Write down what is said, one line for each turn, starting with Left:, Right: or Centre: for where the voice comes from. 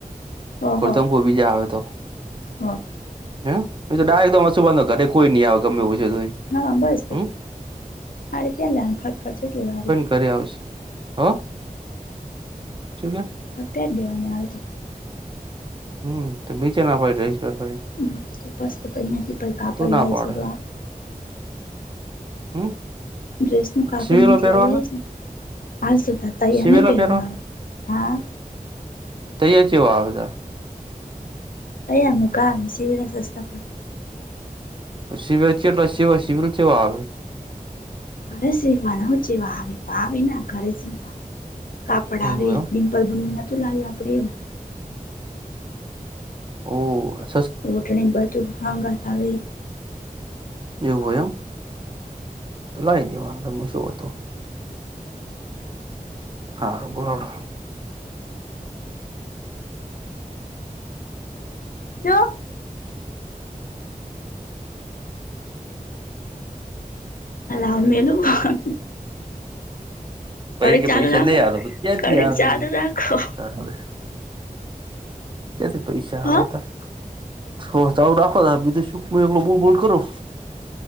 Left: ઓહો
Right: ગતમપુર બીજા આવે તો
Left: હો
Right: હે. તો દાય એકદમશું બાંધો કઈ આવે ગમેવછ છે.
Left: હ બસ
Right: હમ
Left: મારે પહેલા ફટફટ ચટલી વારી.
Right: કરી આવશે હ. શું કે
Left: પેજ દેવાની આવે તો.
Right: હમ તો નીચે ના પ ડ્રેસ પહેરવા હોય.
Left: ધપસ તો બિયાંથી પડકાપડ
Right: ના
Left: લય
Right: પાડે
Left: શઆત.
Right: હમ?
Left: ડ્રેસ નું કાપડ
Right: સિવેલો પહેરવાના
Left: લઈ લઈશ ને, હાલ તોતા તૈયાર
Right: સિવેલા
Left: નહી પહેવા
Right: પહેરવા
Left: મારો હા.
Right: તૈયા છે વા આપદ?
Left: અયા મુકા સિવસ પ.
Right: શિબ છેસીવા શિબિલ છેવા?
Left: ઘરે સીવવાનું ચવા આવે આવે ઘરે સીવવાનું, કાપડ આવે.
Right: એવું એમ
Left: પરરબુ નતું લાગ્યું આપડે એમ.
Right: હ.
Left: ઘઠણી બધું હાંગ આવે.
Right: જેવું હોયો. તો લાવી દેવાનુંમાં શું હતું. હા બોલોડ.
Left: જો
Right: <inaudible>
Left: અમલું <unintelligible> કડીક
Right: પ કે
Left: ચાલુ
Right: પૈસા
Left: રાખો
Right: નહી આવે પછી
Left: કડીક
Right: ક્યાંથી
Left: ચાલુ રાખો
Right: આવે. કેથી પૈસા
Left: હ
Right: આવે ત, આવું રાખો ત બીજું શું. હું એલો બોલબોલ કરું.